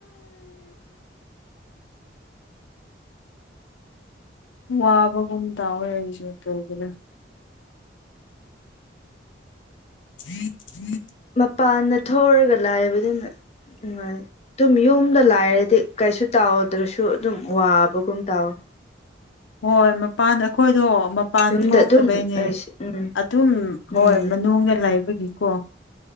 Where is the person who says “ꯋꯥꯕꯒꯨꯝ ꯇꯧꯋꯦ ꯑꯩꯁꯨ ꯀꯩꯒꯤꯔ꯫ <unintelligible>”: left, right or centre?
Left